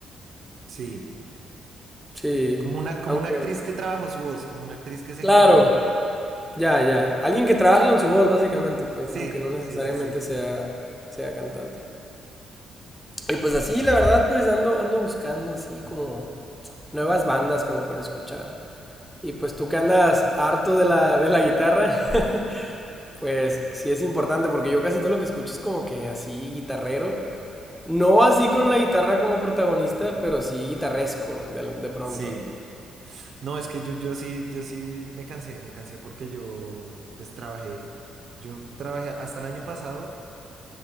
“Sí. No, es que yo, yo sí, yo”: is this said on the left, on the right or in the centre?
Right